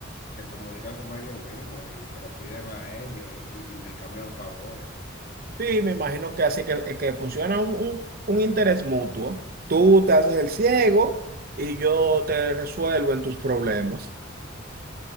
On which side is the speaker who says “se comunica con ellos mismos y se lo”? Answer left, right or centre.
Left